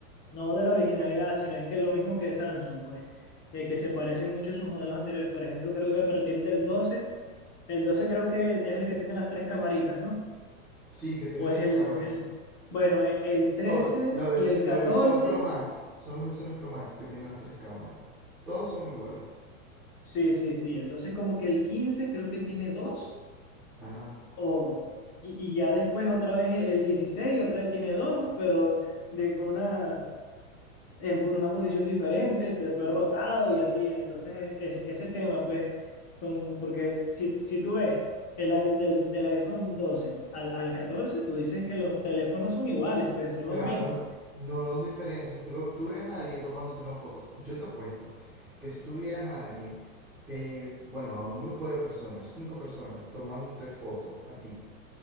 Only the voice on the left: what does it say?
no de la originalidad, sino es que lo mismo que Samsung, pues, eh, que se parecen mucho a sus modelos anteriores. Por ejemplo, creo que a partir del 12, el 12 creo que es el que tiene las tres camaritas, ¿no?
O es
el,
o es el, bueno, e- el 13
y el catorce
sí, sí, sí. Entonces como que el 15 creo que tiene dos,
o, y, y ya después otra vez e- el 16 otra vez tiene dos, pero de, con una, en po- una posición diferente, te fue rotado y así. Entonces es, ese tema, pues, con, porque si, si tú ves el, i- del, del iPhone 12 al, al 14 tú dices que los teléfonos son iguales, pues son
los mismos.